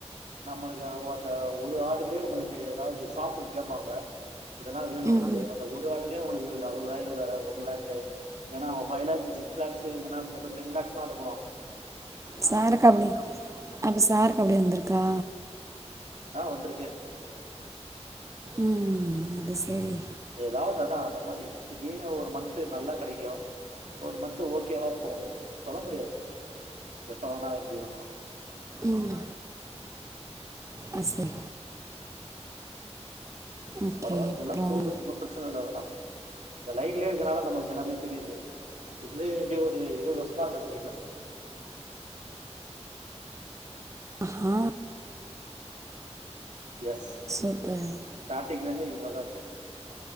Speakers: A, on the right; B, on the right.
A: நம்மளுக்கு ஒ அந்த ஒரு ஆடருலயே உனுக்கு ஏதாவது ஷாப்புன் கேப்பாங்க இதெலா வேணு அப்டின்ட்டு
B: ம்
A: அந்த ஒரு ஆடருலயே உனக்கு அறுவது வாங்கிட்டு வந்தாரே ஒண்லேக்கு ஏனா அவுங்க பைவ் லேக்ஸ் சிக்ஸ் லேக்ஸ்சு இல்லனா சில பேர் டென் லேக்ஸ்லா ஆடர் பண்ணுவா
B: சாருக் அப்டி அப்ப சாருக்கு அப்டி வந்திருக்கா
A: ஆ வந்துருக்கே
B: ம் ம் ம் அது சேரி
A: எதாவது அதா அந்த மாரி திடீனு ஒரு மன்த் நல்லா கெடைக்கூ ஒரு மன்த்து ஓக்கேவா போவு சொல்ல முடியாது எப்ப வேணா எப்டி வேண்ணாலு
B: ம் அது சரி ஓகே
A: பரவாயில்ல நல்லா
B: அப்புறம்
A: போது ஒன்னு பிரச்சன இல்ல அதலா அந்த லைன்லயே இருக்கனால நம்ளுக்கு எல்லாமே தெரியுது இதுவே எப்டியோ ஒரு இருவது வருஷ்மா இருக்கே அந்த ஃபீல்டுல
B: ஆ ஹா
A: எஸ்
B: <unintelligible>
A: ஸ்டாட்டிங்ல இர்ந்தே இங்க தா இருக்கே